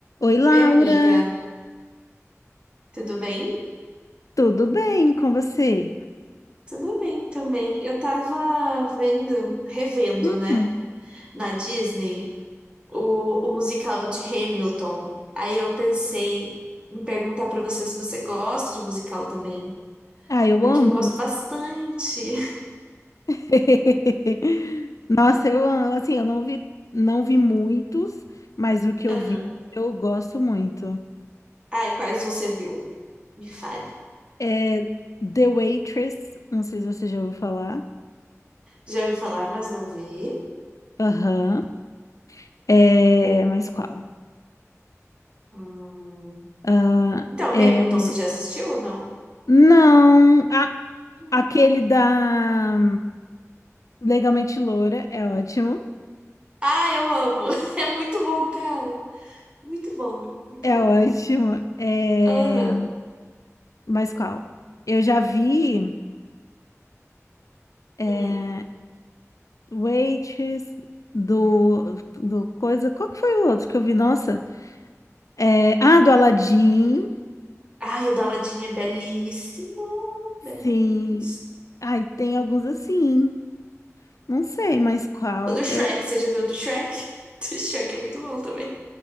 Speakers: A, on the left; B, on the right.
A: Oi, Laura,
B: Oi, amiga, tudo bem?
A: tudo bem com você?
B: Tudo bem também. Eu tava vendo, revendo,
A: Hum,
B: né, na Disney, o, o musical de Hamilton. Aí eu pensei em perguntar pra você se você gosta de musical também,
A: ah, eu
B: porque
A: amo
B: eu gosto
A: música.
B: bastante. <laughs>
A: <laughs> Nossa, eu amo, assim, eu não vi, não vi muitos, mas o que
B: Aham.
A: eu vi, eu gosto muito.
B: Ai, quais você viu? Me fale.
A: É The Waitress, não sei se você já ouviu falar.
B: Já ouvi falar, mas não vi.
A: Aham. É, mas qual?
B: Hum.
A: Ah,
B: Então,
A: é,
B: Hamilton, você já assistiu ou não?
A: não, ah,
B: Não.
A: aquele da Legalmente Loura é ótimo.
B: Ah, eu amo. <laughs> É muito bom, cara. Muito bom, muito
A: É
B: bom.
A: ótimo. É...
B: Aham.
A: Mas qual? Eu já vi é,
B: Hum.
A: Waitress do, do coisa. Qual que foi o outro que eu vi? Nossa. É, ah, do Aladdin.
B: Ai, o do Aladdin é belíssimo. Belíssimo.
A: Sim. Ai, tem alguns assim. Não sei mais qual.
B: O do Shrek,
A: Eu
B: você já viu o do Shrek? <laughs> O do Shrek é muito bom também.